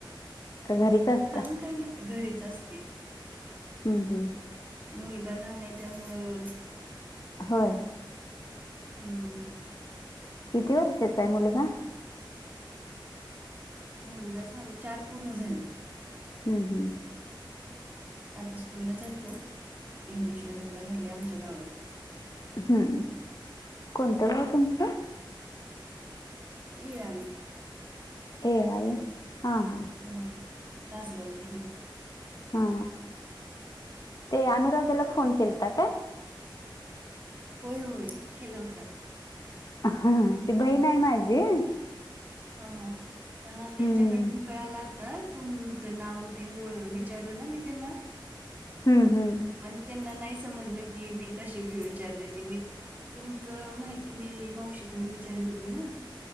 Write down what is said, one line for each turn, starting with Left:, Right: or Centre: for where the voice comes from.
Left: का घरीच अ
Right: काम काही नाही घरीच असते.
Left: हम्म हम्म.
Right: मुलगा लहान आहे त्यामुळं
Left: होय?
Right: हम्म.
Left: किती वर्षाचा आहे मुलगा?
Right: मुलगा झाला चार पूर्ण झाली.
Left: हम्म हम्म.
Right: आता स्कूलला जातो. इंग्लिश मिडियमला घातलय आमच्या गावातच.
Left: हम्म. कोणतं गाव तुमचं?
Right: इड यावी
Left: येळावी हा हा.
Right: हा तासगावच्या पुढं.
Left: हा. ते अनुराग त्याला फोन केलता काय?
Right: होय होय केलावता.
Left: हा ती बहीण आहे माझी.
Right: हा हा त्यांच्याकडवून
Left: हं.
Right: कळाला तर तुमचं नाव तेन विचारलं ना मी त्यांना.
Left: हम्म हम्म.
Right: पण त्यांना नाही समजलं की मी कशी विचारते ते मी तुमचं माहिती मी मावशीकडनं विचारली होती ना.